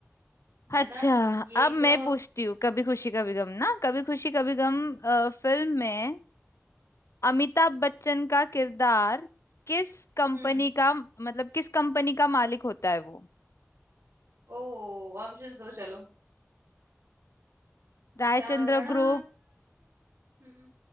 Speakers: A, on the right; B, on the left.
A: है
B: अच्छा
A: ना यही
B: अब
A: तो
B: मैं पूछती हूँ कभी खुशी कभी गम ना कभी खुशी कभी गम अ, फिल्म में अमिताभ बच्चन का किरदार किस कंपनी
A: हम्म
B: का मतलब किस कंपनी का मालिक होता है वो
A: ओ ऑप्शंस दो चलो
B: Raichandra
A: टाणा
B: group
A: हम्म